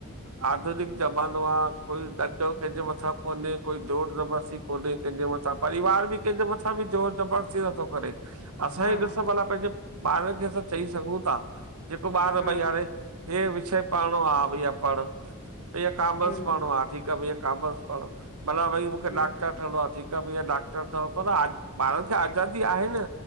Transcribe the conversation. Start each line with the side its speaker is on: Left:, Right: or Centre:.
Right: आधुनिक ज़मानो आ, कोई ॾंडो कंहिंजे मथां कोन्हे, कोई जोर ज़बरदस्ती कोन्हे कंहिंजे मथां, परिवार कोई कंहिंजे मथां बि जोर ज़बरदस्ती नथो करे। असां
Left: हा
Right: ई ॾिसो भला पंहिंजे ॿारनि खे असां चई सघूं था। जेको ॿार
Left: हा
Right: भई हाणे हे विषय पढ़णो आ भईया पढ़ु। भईया कॉमर्स
Left: हम्म
Right: पढ़णो आ, ठीक त भैया कामर्स पढ़ु। भला भाई मूंखे
Left: हम्म
Right: डॉक्टर ठहणो आ ठीक आ भैया डाक् ठहु पर आज् ॿारनि खे आज़ादी आहे न?